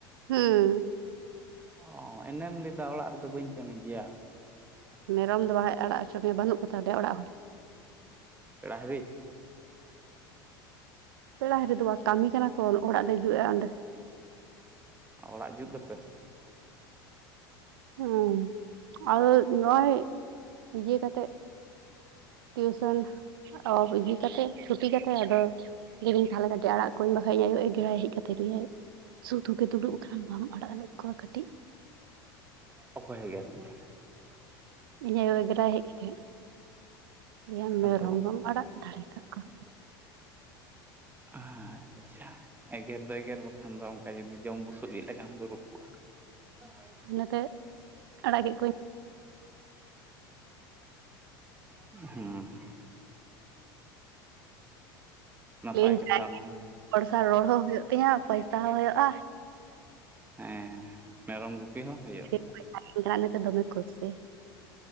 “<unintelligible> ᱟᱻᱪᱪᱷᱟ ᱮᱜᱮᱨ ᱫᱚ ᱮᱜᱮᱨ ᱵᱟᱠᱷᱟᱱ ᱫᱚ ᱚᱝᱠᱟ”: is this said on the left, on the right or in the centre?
Right